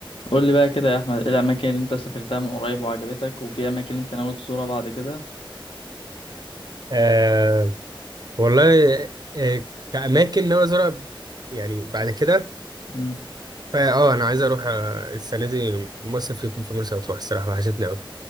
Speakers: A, on the left; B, on the right.
A: قول لي بقى كده يا احمد ايه الاماكن اللي انت سافرتها من قريب وعجبتك وفي اماكن انت ناوي تزورها بعد كده
B: آه والله آه كأماكن ناوي أزورها يعني بعد كده
A: امم
B: فا اه أنا عايز أروح آه، السنة دي مصيف يكون في مرسى مطروح الصراحة وحشتني أوي